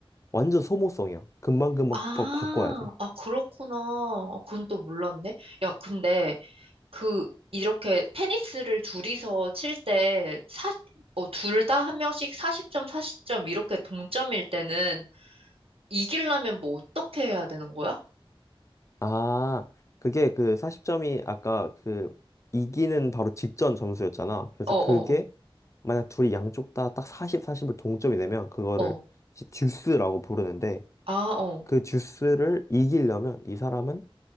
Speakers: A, on the left; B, on the right.
A: 완전 소모성이야. 금방금방
B: 아,
A: 바- 바꿔야 돼.
B: 아, 그렇구나. 아, 그건 또 몰랐네. 야, 근데 그, 이렇게 테니스를 둘이서 칠 때, 사, 어, 둘 다 한 명씩 40점, 40점 이렇게 동점일 때는 이기려면 뭐 어떻게 해야 되는 거야?
A: 아, 그게 그 40점이 아까 그 이기는 바로 직전 점수였잖아. 그래서
B: 어, 어,
A: 그게 만약 둘이 양쪽 다 딱 40, 40을 동점이 되면 그거를
B: 어, 어.
A: 이제 듀스라고 부르는데
B: 아, 어.
A: 그 듀스를 이기려면 이 사람은